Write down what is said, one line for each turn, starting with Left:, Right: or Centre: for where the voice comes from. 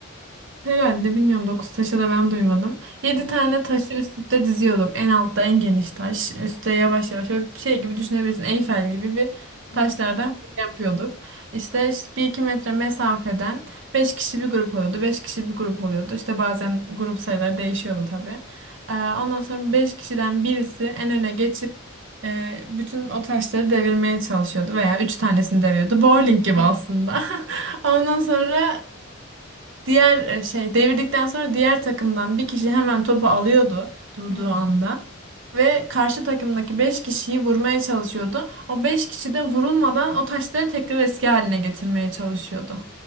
Right: Herhalde bilmiyorum 9 taşı da ben duymadım. Yedi
Left: hı.
Right: tane taşı üst üste diziyorduk. En altta en geniş taş. Üste yavaş yavaş böyle bir şey gibi düşünebilirsin. Eyfel gibi bir
Left: Ha.
Right: taşlardan kule yapıyorduk. İşte, işte 1-2 metre mesafeden 5 kişi bir grup oluyordu. beş kişi bir grup oluyordu. İşte bazen grup sayıları değişiyordu tabii. Ee, ondan sonra 5 kişiden birisi en öne geçip e, bütün o taşları devirmeye çalışıyordu veya 3 tanesini deviriyordu. Bowling gibi aslında. <laughs> Ondan sonra Diğer e, şey devirdikten sonra diğer takımdan bir kişi hemen topu alıyordu durduğu
Left: Hı hı.
Right: anda ve karşı takımdaki 5 kişiyi vurmaya çalışıyordu. O 5 kişi de vurulmadan o taşları tekrar eski haline getirmeye çalışıyordu.